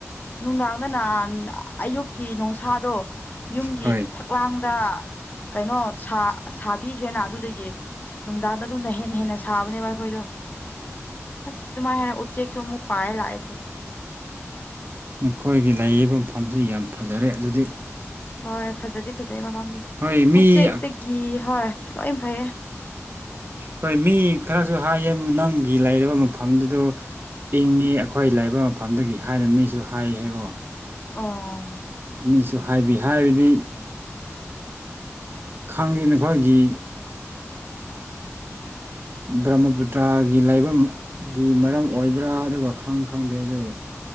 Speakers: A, on the left; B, on the right.
A: ꯅꯨꯡꯗꯥꯡꯗꯅ ꯑꯌꯨꯛꯀꯤ ꯅꯨꯡꯁꯥꯗꯣ ꯌꯨꯝꯒꯤ
B: ꯍꯣꯏ
A: ꯐꯛꯂꯥꯡꯗ ꯀꯩꯅꯣ ꯁꯥꯕꯤꯈ꯭ꯔꯦꯅ ꯑꯗꯨꯗꯒꯤ ꯅꯨꯡꯗꯥꯡꯗ ꯑꯗꯨꯝꯅ ꯍꯦ ꯍꯦꯟꯅ ꯁꯥꯕꯅꯦꯕ ꯑꯩꯈꯣꯏꯗꯣ ꯑꯁ ꯑꯗꯨꯨ ꯃꯥꯥꯏ ꯍꯦ ꯎꯆꯦꯛ ꯆ ꯃꯨꯛ ꯄꯌꯦ ꯂꯑꯦ ꯇ
B: ꯅꯈꯣꯏꯒꯤ ꯂꯩꯔꯤꯕ ꯃꯐꯝꯁꯤ ꯌꯥꯝ ꯐꯖꯔꯦ ꯑꯗꯨꯗꯤ
A: ꯍꯣꯏ ꯐꯖꯗꯤ ꯐꯖꯩ ꯃꯐꯝꯗ
B: ꯍꯣꯏ ꯃꯤ
A: ꯎꯆꯦꯛꯇꯒꯤ ꯍꯣꯏ ꯂꯣꯏ ꯐꯩꯌꯦ
B: ꯍꯣꯏ ꯃꯤ ꯈꯔꯁꯨ ꯍꯥꯏꯌꯦ ꯅꯪꯒꯤ ꯂꯩꯔꯤꯕ ꯃꯐꯝꯗꯨꯗ ꯏꯪꯉꯤ ꯑꯩꯈꯣꯏ ꯂꯥꯏꯕ ꯃꯐꯝꯗꯒꯤ ꯍꯥꯏꯅ ꯃꯤꯁꯨ ꯍꯥꯏ ꯍꯥꯏꯕꯣ
A: ꯑꯣ
B: ꯃꯤꯁꯨ ꯍꯥꯏꯕꯤ ꯍꯥꯏꯕꯗꯤ ꯈꯥꯡꯗꯦ ꯅꯈꯣꯏꯒꯤ ꯕ꯭ꯔꯃꯄꯨꯇ꯭ꯔꯥꯒꯤ ꯂꯥꯏꯕꯒꯤ ꯃꯔꯝ ꯑꯣꯏꯕ꯭ꯔꯥ ꯑꯗꯨꯒ ꯈꯪ ꯈꯪꯗꯦ ꯑꯗꯨꯕꯨ